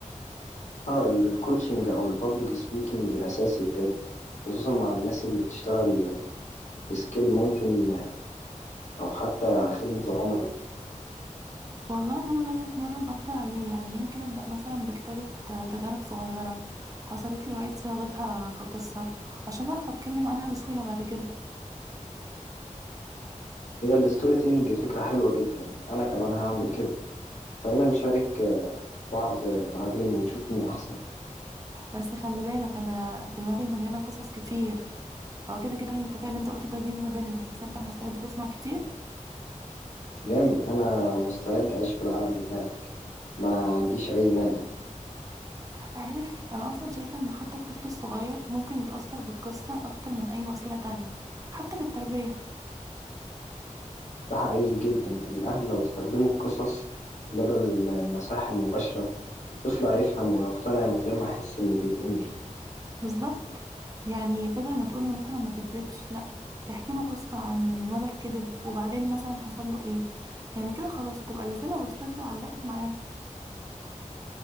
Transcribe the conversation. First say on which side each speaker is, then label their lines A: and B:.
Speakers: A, on the left (about 60°); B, on the right (about 25°).
A: اه ال- الكوتشنج أو البابليك سبيكينج أساسي بجد خصوصا مع الناس اللي بتشتغل في سكيل ممكن أو حتى خدمة العملاء
B: والله إن أنا ناوية أتمرن أكتر عليه يعني يمكن أبدأ مثلا بكتابة آه، تجارب صغيرة حصلت لي وعيد صياغتها كقصة عشان أعرف أتكلم عنها بسهولة بعد كده
A: هي الستوري تيلينج فكرة حلوة جدا أنا كمان هعمل كده خلينا نشارك بعض بعدين ونشوف مين أحسن
B: بس خلي بالك أنا دماغي مليانة قصص كتير هو كده كده الاتفاق اللي انت قلته ده ديل ما بينا بس انت مستعد تسمع كتير
A: جامد أنا مستعد أعيش في العالم بتاعك ما عنديش أي مانع
B: عارف انا اصلا شايفة ان حتى الطفل الصغير ممكن يتأثر بالقصة اكتر من اي وسيلة تانية حتى في التربية
A: ده حقيقي جدا الأهل لو استخدموا القصص بدل النصائح المباشرة الطفل هيفهم ويقتنع من غير ما يحس إنه بيتأمر
B: بالظبط يعني بدل ما تقول له مثلا ما تكذبش لا تحكي له قصة عن ولد كذب وبعدين مثلا حصل له ايه يعني كده خلاص هتبقى الرسالة وصلت له وعلقت معاه